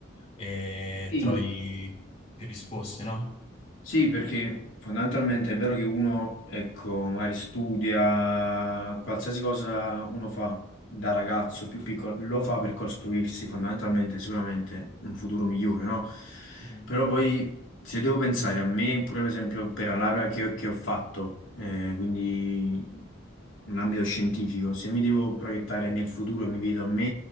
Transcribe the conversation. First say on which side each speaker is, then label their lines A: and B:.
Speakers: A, on the left; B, on the left.
A: e
B: Sì.
A: trovi più risposte, no?
B: Sì, perché fondamentalmente è vero che uno, ecco, magari studia, qualsiasi cosa uno fa da ragazzo più piccolo, lo fa per costruirsi fondamentalmente sicuramente un futuro migliore, no?
A: Mhm,
B: Però poi se devo pensare a me, pure per esempio per la laurea che ho, che ho fatto, eh, quindi in ambito scientifico, se mi devo proiettare nel futuro e mi vedo a me